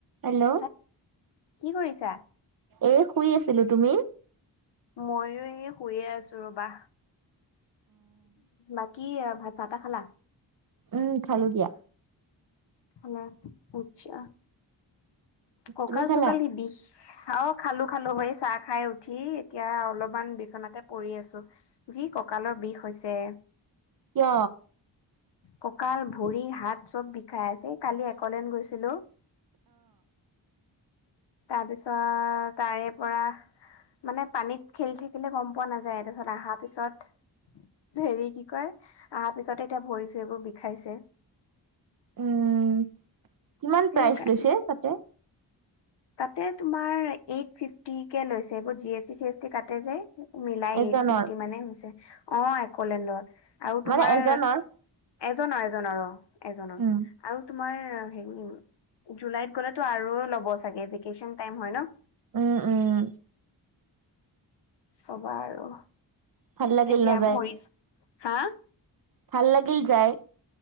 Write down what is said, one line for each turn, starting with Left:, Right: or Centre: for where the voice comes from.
Right: হেল্ল'
Left: হা কি কৰিছা।
Right: এ শুই আছিলো তুমি।
Left: ময়ো এই শুয়ে আছো ৰবা বাকী ভাত চাটা খালা
Right: উম খালো দিয়া
Left: হ পুছা ককাল
Right: তুমি খালা?
Left: চকাল কি বিষ অ খালো খালো হ চাহ খাই উঠি এতিয়া অলপমান বিচনাতে পৰি আছো যি কঁকালৰ বিষ হৈছে
Right: কিয়?
Left: কঁকাল ভৰি হাত চব বিষাই আছে কালি একলেন গৈছিলোঁ তাৰপিছত তাৰে পৰা। মানে পানীত খেলি থাকিলে গম পোৱা নাযায় তাৰপিছত অহা পিছত। হেৰি কি কয় অহাৰ পিছতে এতিয়া ভৰি চৰিবোৰ বিষাইছে
Right: উম কিমান
Left: সেইকাৰণে।
Right: প্ৰাইজ লৈছে তাতে
Left: তাতে তোমাৰ এইট ফিফটি কেে লৈছে এইবোৰ G S T C S T কাতে যে মিলাই
Right: এজনৰ
Left: এইট ফিফটি মানে হৈছে অ এককোলেণ্ডৰ আৰু তোমাৰ
Right: মানে এজনৰ?
Left: এজনৰ এজনৰ অ এজনৰ
Right: উম
Left: আৰু তোমাৰ হেৰি জুলাইত গ'লেতো আৰু ল'ব চাগে ভেকেচন টাইম হয় ন
Right: উম, উম।
Left: হবা আৰু
Right: ভাল লাগিল
Left: এতিয়া
Right: নযায়
Left: ভৰিছ, হা।
Right: ভাল লাগিল যায়।